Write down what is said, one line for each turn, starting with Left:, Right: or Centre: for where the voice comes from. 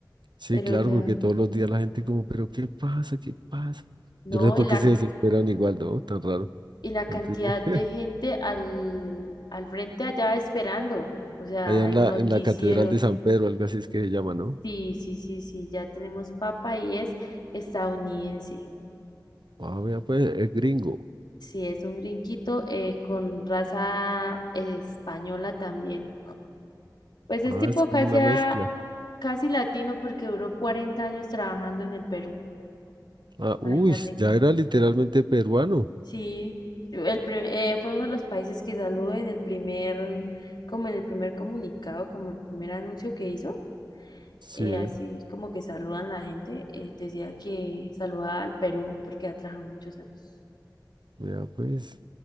Right: Sí,
Left: Pero
Right: claro,
Left: ya,
Right: porque todos los días la gente como, pero ¿qué pasa? ¿Qué pasa?
Left: no,
Right: Yo no sé por
Left: y la,
Right: qué se desesperan igual, ¿no? Tan raro.
Left: y la cantidad
Right: Antes de- <laughs>
Left: de gente al, al frente allá esperando. O sea,
Right: Allá
Left: hay
Right: en la,
Left: noticieros.
Right: en la Catedral de San Pedro, algo así es que se llama, ¿no?
Left: Sí, sí, sí, sí, ya tenemos papa y es estadounidense.
Right: Ah, vea, pues, es gringo.
Left: Sí, es un gringuito eh, con raza eh, española también. Pues es
Right: Ah,
Left: tipo
Right: es como
Left: casi,
Right: una
Left: a-
Right: mezcla.
Left: casi latino porque duró 40 años trabajando en el Perú,
Right: Ah, uy,
Left: imagínate.
Right: ya era literalmente peruano.
Left: Sí, el pri- eh, fue uno de los países que saludó en el primer, como en el primer comunicado, como el primer anuncio que hizo.
Right: Sí,
Left: eh, así como que saludan la gente, eh, decía que saludaba al Perú porque ha trabajado muchos años.
Right: vea pues.